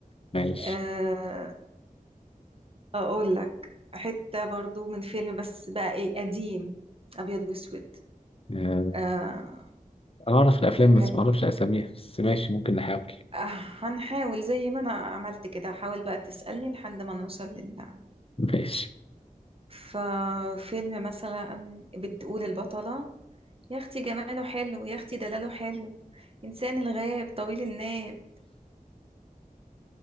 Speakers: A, on the left (about 40°); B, on the right (about 40°).
A: ماشي
B: آه، اقول لك حته برضو من فيلم بس بقى ايه قديم ابيض واسود
A: آه،
B: آه،
A: أنا أعرف الأفلام بس
B: كانت
A: ما أعرفش أساميها بس ماشي ممكن نحاول
B: آه، هنحاول زي ما انا عملت كده حاول بقى تسالني لحد ما نوصل لله
A: <laughs> ماشي
B: ففيلم مثلا بتقول البطله يا اختي جماله حلو يا اختي دلاله حلو انسان الغاب طويل الناب